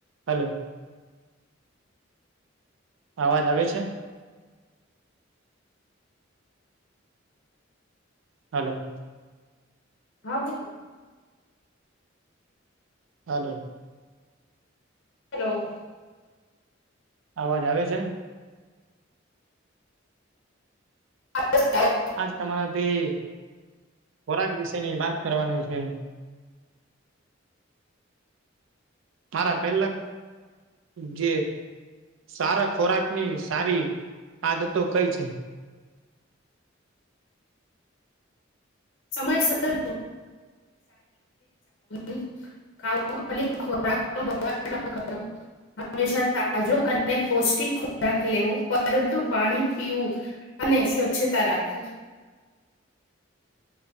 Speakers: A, on the right; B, on the left.
A: હલો. અવાજ આવે છે. હલો.
B: હા બ
A: હલો.
B: હલો.
A: અવાજ આવે છે.
B: હ <inaudible>
A: આજ તમારાથી ખોરાક વિશેની વાત કરવાનું છે. મારા પહેલક. જે સારા ખોરાક ની સારી આદતો કઈ છે.
B: સમય સર <inaudible> ખાવ અને ખોરાક નો બગાડ ના કરવો. હંમેશા તાજો અને પૌષ્ટિક ખોરાક લેવો પરંતુ પાણી પીવું અને સ્વચ્છતા રાખો.